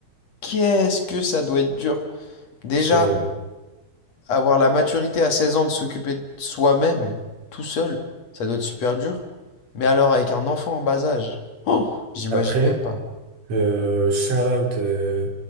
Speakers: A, on the left; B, on the right.
A: Qu'est-ce que ça doit être dur. Déjà,
B: c'est vrai.
A: avoir la maturité à 16 ans de s'occuper de soi-même, tout seul, ça doit être super dur. Mais alors avec un enfant en bas âge, oh, j'imagine
B: Après,
A: même pas.
B: euh, shout out euh,